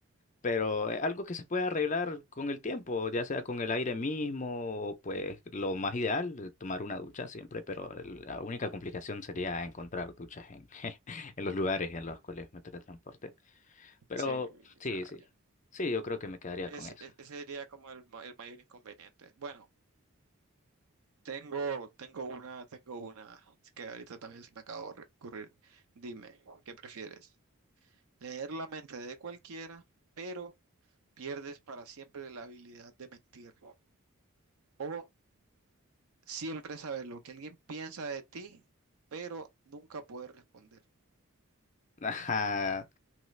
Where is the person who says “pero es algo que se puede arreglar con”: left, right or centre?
Left